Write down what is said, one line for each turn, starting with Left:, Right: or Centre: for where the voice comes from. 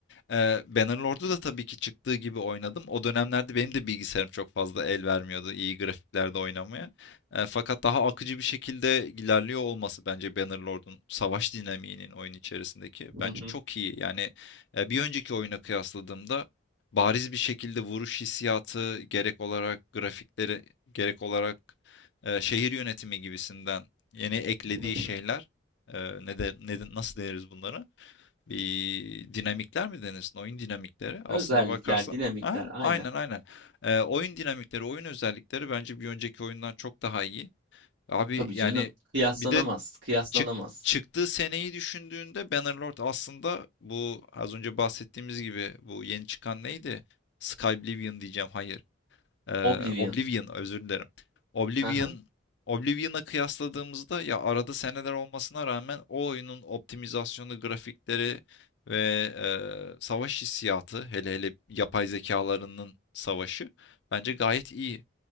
Left: Ee, Bannerlord'u da tabii ki çıktığı gibi oynadım. O dönemlerde benim de bilgisayarım çok fazla el vermiyordu iyi grafiklerde oynamaya. Ee, fakat daha akıcı bir şekilde ilerliyor olması bence Bannerlord'un savaş dinamiğinin oyun içerisindeki bence
Right: Hı hı,
Left: çok iyi. Yani e, bir önceki oyuna kıyasladığımda bariz bir şekilde vuruş hissiyatı gerek olarak grafikleri gerek olarak e, şehir yönetimi gibisinden yeni eklediği
Right: hı hı.
Left: şeyler e, ne de, ne de- nasıl deniriz bunlara? bir dinamikler mi denirsin? Oyun dinamikleri. Aslında
Right: Özellikler,
Left: bakarsan.
Right: dinamikler,
Left: Ha,
Right: aynen.
Left: aynen aynen. Ee, oyun dinamikleri, oyun özellikleri bence bir önceki oyundan çok daha iyi. Abi
Right: Tabii
Left: yani
Right: canım. Kıyaslanamaz.
Left: bir de
Right: Kıyaslanamaz.
Left: çık, çıktığı seneyi düşündüğünde Bannerlord aslında bu az önce bahsettiğimiz gibi bu yeni çıkan neydi? Skyblivion diyeceğim. Hayır. Ee,
Right: Oblivion.
Left: Oblivion özür dilerim. Oblivion
Right: Haha,
Left: Oblivion'a kıyasladığımızda ya arada seneler olmasına rağmen o oyunun optimizasyonu, grafikleri ve e, savaş hissiyatı hele hele yapay zekalarının savaşı bence gayet iyi.